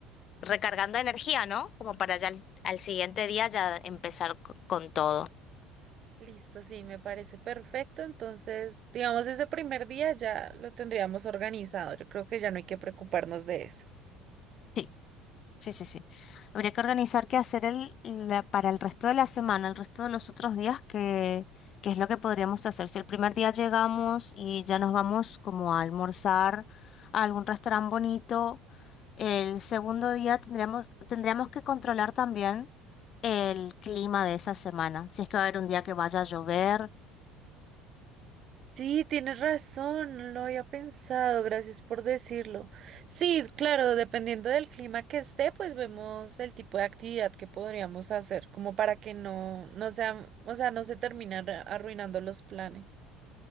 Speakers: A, on the left; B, on the right.
A: recargando energía, ¿no? Como para ya al, al siguiente día ya empezar co- con todo.
B: Listo, sí, me parece perfecto. Entonces, digamos, ese primer día ya lo tendríamos organizado. Yo creo que ya no hay que preocuparnos de eso.
A: Sí, sí, sí, sí. Habría que organizar qué hacer el, la- para el resto de la semana, el resto de los otros días, qué, qué es lo que podríamos hacer. Si el primer día llegamos y ya nos vamos como a almorzar a algún restaurante bonito, El segundo día tendremos, tendremos que controlar también el clima de esa semana. Si es que va a haber un día que vaya a llover
B: Sí, tienes razón, no lo había pensado, gracias por decirlo. Sí, claro, dependiendo del clima que esté, pues vemos el tipo de actividad que podríamos hacer, como para que no, no sea, o sea, no se terminan arruinando los planes.